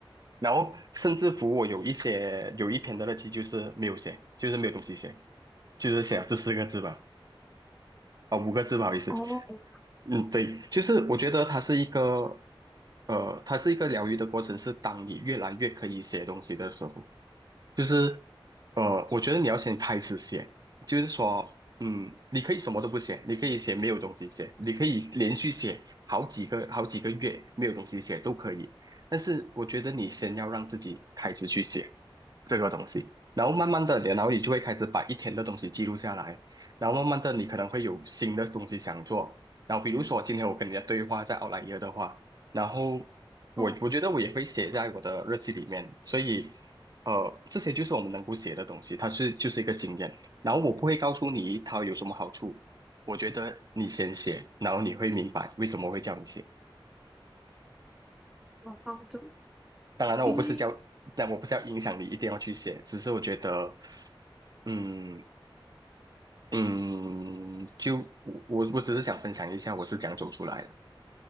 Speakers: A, on the right; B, in the centre.
A: 然后甚至乎我有一些有一篇的日记就是没有写，就是没有东西写，就是写了这四个字吧，啊、五个字不好意思，
B: 哦
A: 嗯，对，就是我觉得它是一个，呃，它是一个疗愈的过程，是当你越来越可以写东西的时候。就是呃，我觉得你要先开始写，就是说，嗯，你可以什么都不写，你可以写没有东西写，你可以连续写好几个好几个月没有东西写都可以，但是我觉得你先要让自己开始去写。这个东西，然后慢慢的，然后你就会开始把一天的东西记录下来，然后慢慢的，你可能会有新的东西想做，然后比如说今天我跟你的对话在奥莱耶的话，然后我我觉得我也会写在我的日记里面，
B: 哦，
A: 所以呃，这些就是我们能够写的东西，它是就是一个经验，然后我不会告诉你它有什么好处，我觉得你先写，然后你会明白为什么会叫你写。
B: 好的，
A: 当然了，
B: 因为
A: 我不是叫，那我不是要影响你一定要去写，只是我觉得，嗯。嗯，就我我我只是想分享一下我是怎样走出来的。